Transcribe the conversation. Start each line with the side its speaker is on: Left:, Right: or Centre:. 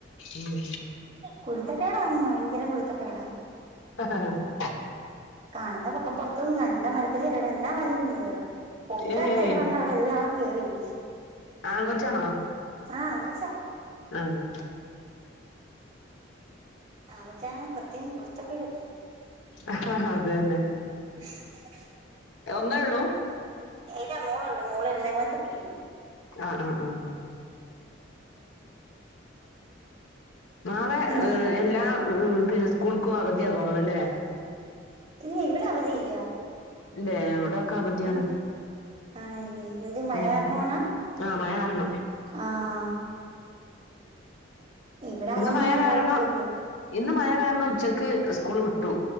Left: ഉം
Right: കുരുത്തക്കേടാ ഭയങ്കരം കുരുത്തക്കേട
Left: <unintelligible>
Right: കാണുന്ന പൊക്കം പുറത്തൊന്നും കണ്ട മരത്തിൽ അവിടെ എല്ലാം വലിഞ്ഞ് കേറും ഒക്കാത്ത്
Left: ഏഹ്
Right: എവിടുണ്ടോ എല്ലാം അവൻ കേറിയിരിക്കും
Left: ആൺ കൊച്ചാണോ
Right: ആഹ് ആൺകൊച്ചാ
Left: ആഹ്
Right: ആൺകൊച്ചാണെ പ്രത്യേകം കുരുത്തക്കേട്
Left: ആഹ് അതന്നെ
Right: <unintelligible>
Left: ഒന്നേ ഉള്ളൂ
Right: ഏതാ മോളുണ്ട് മോള് രണ്ടാം ക്ലാസ്സിൽ പഠിക്കുന്നു
Left: ആഹ് ആഹ് ആഹ് നാളെ
Right: പിന്നെ
Left: എല്ലാ പിന്നെ സ്കൂൾക്കും അവധിയാ തോന്നണല്ലേ
Right: ഇല്ല ഇവിടെ അവധിയില്ല
Left: ഇല്ലേ ഇവിടൊക്കെ അവധിയാണ്
Right: ഇല്ല ആണല്ലേ എന്ത് മഴ
Left: ഉം
Right: കാരണവാണോ
Left: ആഹ് മഴ കാരണം
Right: ആഹ് ഇവിടെ അങ്ങനെ
Left: ഇന്ന് മഴ കാരണം
Right: കൊഴപ്പമില്ല
Left: ഇന്ന് മഴ കാരണം ഉച്ചക്ക് സ്കൂള് വിട്ടു